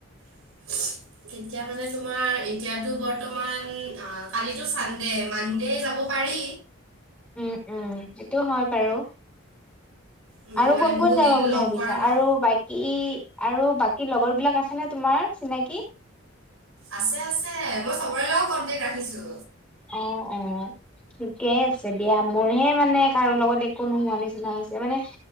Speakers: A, on the right; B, in the centre.
A: <unintelligible> কেতিয়া মানে তোমাৰ এতিয়াতো বৰ্তমান অ কালিতো চানডে মানডে যাব পাৰি।
B: উম উম সেইটো হয় বাৰু
A: উম,
B: আৰু
A: মানে
B: কোন
A: বহুত
B: কোন যাবা
A: দিন
B: বুলি
A: লগ
B: ভাবিছা
A: কৰা নাই
B: আৰু বাকী আৰু বাকী লগৰ বিলাক আছেনে তোমাৰ চিনাকি
A: আছে আছে মই চবৰে লগত কন্টেক ৰাখিছো
B: অ অ ঠিকেই আছে দিয়া মোৰহে মানে কাৰো লগত একো নোহোৱা নিচিনা হৈছে মানে